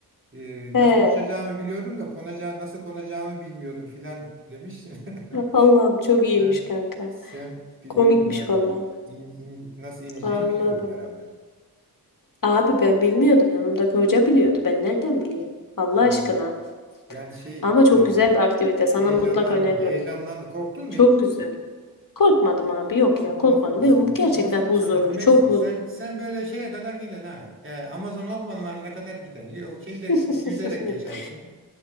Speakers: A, on the right (about 30°); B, on the left (about 55°).
A: Ee,
B: He.
A: nasıl uçacağımı biliyordum da konacağı, nasıl konacağımı bilmiyordum filan demiştin. <laughs>
B: Allah'ım çok iyiymiş
A: Sen,
B: kanka.
A: sen biliyordun
B: Komikmiş
A: herhalde.
B: vallahi.
A: İn, in- nasıl ineceğini
B: Anladım.
A: biliyordun herhalde.
B: Abi ben bilmiyordum. Yanımdaki hoca biliyordu. Ben nereden bileyim? Allah
A: Ha.
B: aşkına.
A: Yani şey
B: Ama çok
A: e,
B: güzel bir aktivite. Sana
A: heyecanlandı,
B: mutlaka öneririm.
A: heyecanlandı. Korktun mu
B: Çok
A: hiç?
B: güzel. Korkmadım abi yok ya
A: Ha,
B: korkmadım.
A: aferin sana.
B: Benim bu gerçekten
A: Aferin
B: huzurlu.
A: sana Rümeysa.
B: Çok huz
A: Sen sen böyle şeye kadar giden ha. E, Amazon ormanlarına kadar giden. Yok şeyde
B: <laughs>
A: yüzerek geçersin.